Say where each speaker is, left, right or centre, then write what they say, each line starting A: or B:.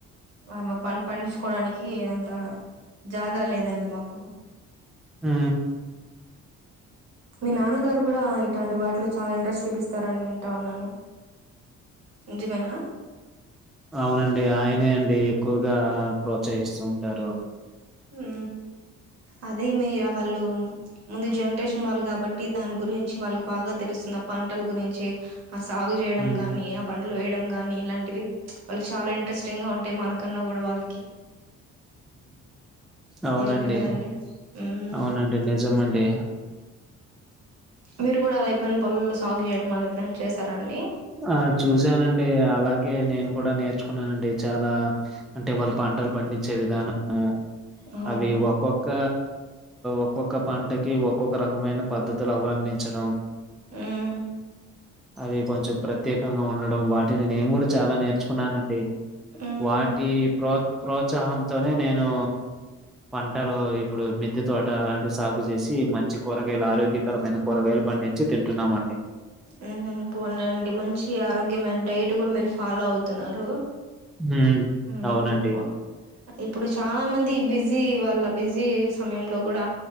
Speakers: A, on the right; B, in the centre.
A: ఆ ప పండించుకోడానికి అంత జాగా లేదండి మాకు
B: ఉ
A: మీ నాన్నగారు కూడా ఇటాటి వాటిలో చాలా ఇంట్రెస్ట్ చూపిస్తారని వింటా ఉన్నాను నిజమేనా
B: అవునండి ఆయనే అండి ఎక్కువగా ప్రోత్సహిస్తూ ఉంటారు
A: ఉ అదే మీ వాళ్ళు ముందు జనరేషన్ వాళ్ళు కాబట్టి దాని గురించి వాళ్ళకి బాగా తెలుస్తున్న పంటల గురించి ఆ సాగు చేయడం
B: ఉమ్
A: గానీ ఏ పంటలు వేయడం ని ఇలాంటివి వాళ్ళకి చాలా ఇంట్రెస్టింగ్ గా ఉంటాయి మనకన్నా కూడా వాళ్ళకి
B: అవునండి
A: నిజమే కదండి మ్మ్ మ్మ్
B: అవునండి నిజమండి
A: మీరు కూడా అలా ఎప్పుడైనా పొలల్లో సాగు చేయడం అళ్ళు ఎప్పుడైనా చేసారాండి
B: ఆ చూశానండి అలాగే నేను కూడా నేర్చుకున్నానండి చాలా అంటే వాళ్ళ పంటలు పండించే విధానము
A: అవునా
B: అవి ఒక్కొక్క ఒక్కొక్క పంటకి ఒక్కొక్క రకమైన పద్ధతులు అవందించడం.
A: ఉమ్.
B: అవి కొంచెం ప్రత్యేకంగా ఉండడం వాటిని నేను కూడా చాలా నేర్చుకున్నానండి.
A: మ్మ్
B: వాటి ప్రో ప్రోత్సాహంతోనే నేను. పంటలో ఇప్పుడు న మెద్ది తోట అలాంటివి సాగు చేసి మంచి కూరగాయలు ఆరోగ్యకరమైన కూరగాయలు. పండించి తింటున్నామండి.
A: ఆ పోనీలెండి మంచి ఆరోగ్యమైన డైట్ కూడా మీరు ఫాలో అవుతున్నారు.
B: హ్మ్
A: ఉమ్
B: అవునండి
A: పో ఇప్పుడు చాలా మంది ఇ బిస్. బిజీ వాల్ళ బిజీ సమయంలో కూడా